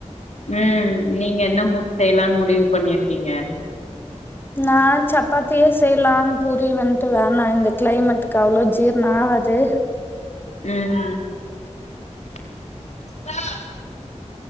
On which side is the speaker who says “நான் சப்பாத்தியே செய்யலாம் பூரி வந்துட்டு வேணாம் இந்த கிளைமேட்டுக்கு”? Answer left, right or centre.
Left